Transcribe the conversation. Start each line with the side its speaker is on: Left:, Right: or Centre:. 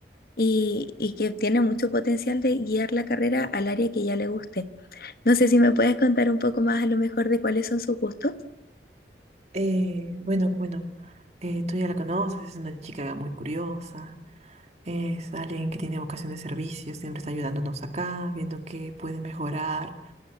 Left: y, y que tiene mucho potencial de guiar la carrera al área que ya le guste. No sé si me puedes contar un poco más a lo mejor de cuáles son sus gustos.
Right: Eh, bueno, bueno, eh, tú ya la conoces, es una chica muy curiosa, es alguien que tiene vocación de servicio, siempre está ayudándonos acá, viendo qué puede mejorar.